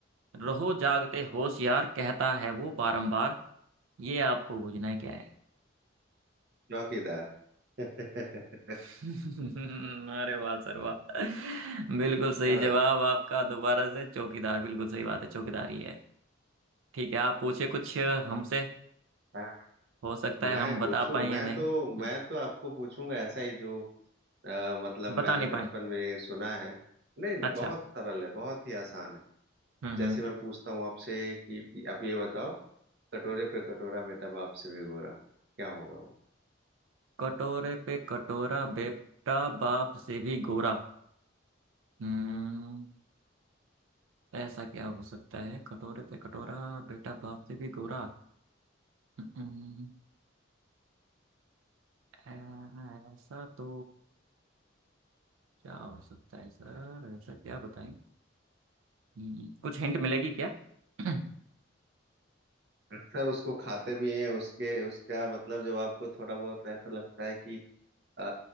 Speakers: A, on the right; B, on the right.
A: रहो जागते होशियार कहता है वो बारंबार ये आपको बूझना है क्या है
B: चौकीदार <laughs> है
A: <laughs> अरे वाह सर वाह बिल्कुल सही
B: ना
A: जवाब आपका दोबारा से चौकीदार बिल्कुल सही बात है चौकीदार ही है ठीक है आप पूछे कुछ हमसे
B: मैं
A: हो सकता
B: मैं
A: है हम बता
B: पूछूं
A: पाए या
B: मैं
A: नहीं
B: तो मैं
A: हम्म।
B: तो आपको पूछूंगा ऐसा ही जो अ, मतलब
A: बता
B: मैंने
A: नहीं
B: बचपन
A: पाए
B: में सुना है नहीं नहीं
A: अच्छा
B: बहुत सरल है बहुत ही आसान है
A: हम्म
B: जैसे
A: हम्म
B: मैं पूछता हूँ आपसे कि आप ये बताओ कटोरे पे कटोरा बेटा बाप से भी गोरा क्या होगा वो
A: कटोरे पे कटोरा बेटा बाप से भी गोरा हम्म ऐसा क्या हो सकता है कटोरे पे कटोरा बेटा बाप से भी गोरा हम्म, ऐ- ऐसा तो क्या हो सकता है सर ऐसा क्या बताएं हम्म, कुछ हिंट मिलेगी क्या <clears throat>
B: अक्सर उसको खाते भी हैं उसके उसका मतलब जब आपको थोड़ा बहुत ऐसा लगता है कि आ,